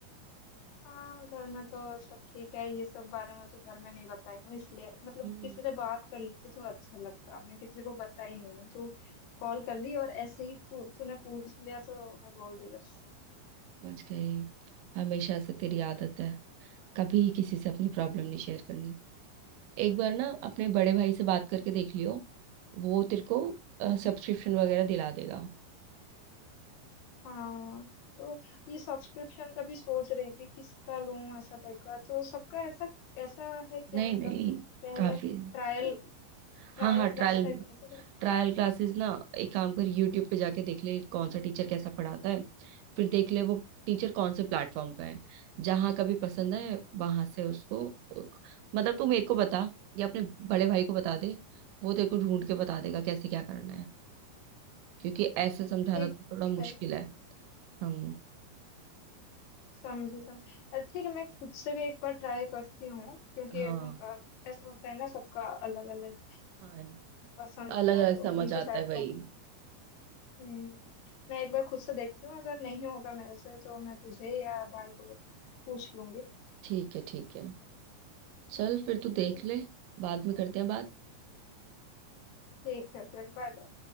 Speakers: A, on the left; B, on the right.
A: हाँ घर में तो सब ठीक है ये सब बारे में तो घर में नहीं बताई हूँ इसलिए मतलब
B: हम्म,
A: किसी से बात कर लेती तो अच्छा लगता मैं किसी को बताई नहीं हूँ तू कॉल कर ली और ऐसे ही तू तूने पूछ लिया तो मैं बोल दी बस
B: समझ गई हमेशा से तेरी आदत है कभी किसी से अपनी प्रॉब्लम नहीं शेयर करनी एक बार ना अपने बड़े भाई से बात करके देख लियो वो तेरे को
A: हाँ
B: सब्सक्रिप्शन वगैरह दिला देगा
A: हाँ तो ये सब्सक्रिप्शन का भी सोच रही थी किसका लूं ऐसा टाइप का तो सबका ऐसा ऐसा है क्या
B: नहीं
A: मतलब
B: नहीं
A: पहले
B: काफी
A: ट्रायल
B: है।
A: ट्रायल
B: हाँ हाँ ट्रायल
A: क्लास टाइप का ऐसा कुछ?
B: ट्रायल क्लासेस ना एक काम कर यूट्यूब पे जाके देख ले कौन सा टीचर कैसा पढ़ाता है फिर देख ले वो टीचर कौन से प्लेटफॉर्म का है जहाँ का भी पसंद है वहां से उसको मतलब तू मेरे को बता या अपने बड़े भाई को बता दे वो तेरे को ढूंढ के बता देगा
A: हाँ
B: कैसे क्या करना है क्योंकि ऐसे समझाना
A: ठीक
B: तो थोड़ा मुश्किल
A: है
B: है हम
A: समझे समझ अरे ठीक है मैं खुद से भी एक बार ट्राई करती हूँ क्योंकि
B: हाँ
A: अम, अ, ऐसा होता है ना सबका अलग अलग
B: हाँ
A: पसंद
B: अलग
A: आता
B: अलग
A: है तो
B: समझ
A: मुझे
B: आता
A: शायद
B: है वही
A: कौन हम्म, मैं एक बार खुद से देखती हूँ अगर नहीं होगा मेरे से तो मैं तुझे या भाई को पूछ लूंगी
B: ठीक है ठीक है चल फिर तू देख
A: ठीक
B: ले बाद में करते हैं बात
A: ठीक है फिर बाय बाय